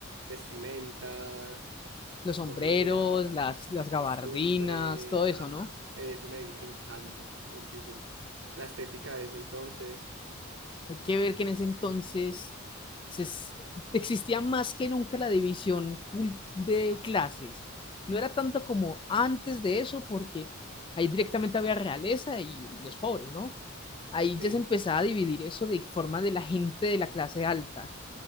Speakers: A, on the right; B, on the left.
A: vestimenta,
B: Los sombreros,
A: comida,
B: las, las gabardinas,
A: costumbres,
B: todo eso,
A: ajá,
B: ¿no?
A: eso me encanta muchísimo. La estética de ese entonces,
B: Hay que ver que en ese entonces se es- existía más que nunca la división cult- de clases. No era tanto como antes de eso, porque ahí directamente había realeza y los pobres, ¿no? Ahí
A: sí,
B: ya se empezaba a dividir eso de forma de la gente de la clase alta,